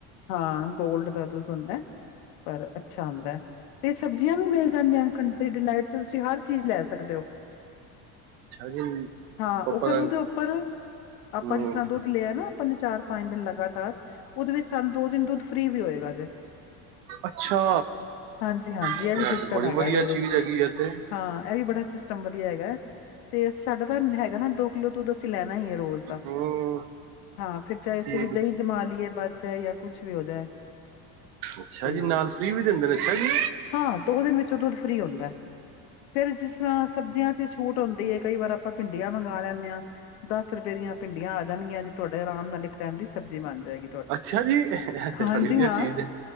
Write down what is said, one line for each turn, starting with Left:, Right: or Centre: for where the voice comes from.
Left: ਹਾਂ, ਗੋਲਡ ਦਾ ਦੁੱਧ ਹੁੰਦੈ। ਪਰ ਅੱਛਾ ਹੁੰਦੈ ਤੇ ਸਬਜ਼ੀਆਂ ਵੀ ਮਿਲ ਜਾਂਦੀਆਂ ਨੇ ਕੰਨ ਤੇ ਡੀਨਾਈਟ ਚ ਤੁਸੀ ਹਰ ਚੀਜ ਲੈ ਸਕਦੇ ਓ।
Right: ਅੱਛਾ ਜੀ
Left: ਹਾਂ,
Right: ਪਾਪਾ
Left: ਓ ਫੇਰ
Right: ਦਾ
Left: ਓਹਦੇ ਉੱਪਰ
Right: ਹਮ
Left: ਆਪਾਂ ਜਿਸ ਤਰ੍ਹਾਂ ਦੁੱਧ ਲੇਆ ਨਾ ਆਪਾਂ ਨੇ ਚਾਰ-ਪੰਜ ਦਿਨ ਲਗਾਤਾਰ ਓਦੇ ਵਿੱਚ ਸਾਨੂੰ ਦੋ ਦਿਨ ਤੋਂ ਫਰੀ ਵੀ ਹੋਏਗਾ ਜੇ।
Right: ਅੱਛਾ
Left: ਹਾਂਜੀ-ਹਾਂਜੀ,
Right: ਇਹ
Left: ਐ ਵੀ ਸਿਸਟਮ
Right: ਤੇ ਬੜੀ
Left: ਹੈਗਾ
Right: ਵਧੀਆ
Left: ਜੇ ਓਰੇ
Right: ਚੀਜ਼
Left: 'ਚ।
Right: ਹੈਗੀ ਹੈ ਤੇ
Left: ਹਾਂ, ਐ ਵੀ ਬੜਾ ਸਿਸਟਮ ਵਧੀਆ ਹੈਗਾ ਤੇ ਸਾਡਾ ਤਾਂ ਹੈਗਾ ਨਾ ਦੋ ਕਿਲੋ ਦੁੱਧ ਅਸੀ ਲੈਣਾ ਈਏ ਰੋਜ ਦਾ
Right: ਹਮ
Left: ਹਾਂ ਫੇਰ ਚਾਏ ਅਸੀ
Right: ਠੀਕ
Left: ਦਈਂ ਜਮਾਂ ਲਈਏ ਵੱਧ ਚਾਏ ਆ ਕੁੱਛ ਵੀ ਹੋ ਜਾਏ।
Right: ਅੱਛਾ
Left: ਤੇ
Right: ਜੀ, ਨਾਲ ਫ੍ਰੀ ਵੀ ਦਿੰਦੇ ਨੇ ਅੱਛਾ ਜੀ।
Left: ਹਾਂ, ਦੋ ਦਿਨ ਵਿੱਚੋਂ ਦੁੱਧ ਫ੍ਰੀ ਹੁੰਦੈ। ਫੇਰ ਜਿਸ ਤਰ੍ਹਾਂ ਸਬਜ਼ੀਆਂ ਚ ਛੂਟ ਹੁੰਦੀ ਏ ਕਈ ਵਾਰ ਆਪਾਂ ਭਿੰਡੀਆਂ ਮੰਗ ਲੈਂਨੇ ਆਂ, ਦਸ ਰ ਪਏ ਦੀਆਂ ਭਿੰਡੀਆਂ ਆ ਜਾਣਗੀਆਂ ਅ ਜੇ ਤੁਆਡੇ ਅਰਾਮ ਨਾਲ ਇੱਕ ਟੈਮ ਸਬਜ਼ੀ ਬਣ ਜੇ ਹੈਗੀ ਤੁਆਡੀ।
Right: ਅੱਛਾ ਜੀ ਇਹ ਤੇ
Left: ਹਾਂਜੀ
Right: ਬੜੀ ਵਧੀਆ
Left: ਹਾਂ,
Right: ਚੀਜ਼ ਹੈ